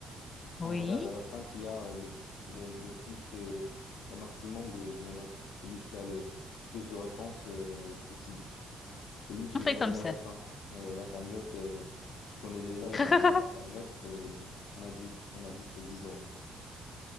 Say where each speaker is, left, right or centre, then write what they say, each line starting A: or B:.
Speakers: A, on the left (about 40°); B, on the left (about 80°).
A: Oui,
B: On regarde à la fin qui a euh, le, le, le plus, euh, le maximum de, de notes. Celui qui a le plus de réponses euh, possible. C'est lui qui
A: on fait
B: va gagner
A: comme ça.
B: à la fin. Et la cagnotte, euh, tu connais déjà la
A: <laughs>
B: somme dans la cagnotte. C'est, on a dit, on a dit c'est 10 euros.